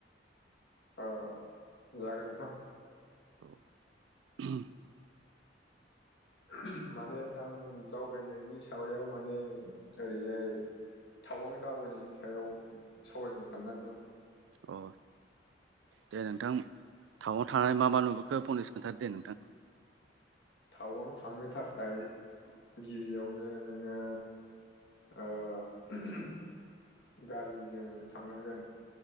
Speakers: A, on the left (about 70°); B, on the right (about 80°).
A: ओ जागोन नोंथां।
B: औ <unintelligible>
A: <unintelligible> माने नोंथां दावबायनायनि साबायाव माने ओरैजाय थावां दावबायनायनि सायाव सावरायनो सानदों नोंथां।
B: अ दे नोंथां टावांआव थांनानै मा मा नुबोखो फंनैसो खोन्थादो दे नोंथां।
A: टावां थांनो थाखाय गिबियावनो नोङो ओ <unintelligible> गारिजों थांनांगोन।